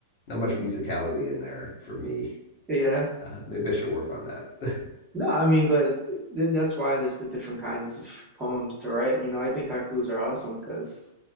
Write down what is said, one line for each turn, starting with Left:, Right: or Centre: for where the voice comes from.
Left: not much musicality in there for me.
Right: Yeah.
Left: Uh, maybe I should work on that. <laughs>
Right: No, I mean, but th that's why there's the different kinds of poems to write. You know, I think haikus are awesome because,